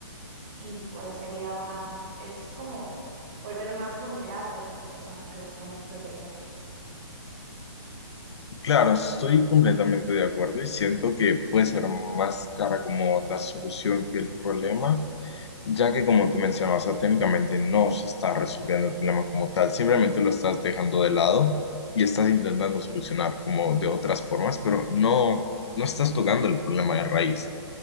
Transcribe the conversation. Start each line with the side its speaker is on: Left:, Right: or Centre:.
Right: y pues sería una, es como volver más vulnerable a estas personas que buscamos proteger.
Left: Claro, estoy completamente de acuerdo y siento que puede ser más cara como la solución que el problema. Ya que como tú mencionabas, o sea, técnicamente no se está resolviendo el problema como tal, simplemente lo estás dejando de lado y estás intentando solucionar como de otras formas, pero no, no estás tocando el problema de raíz.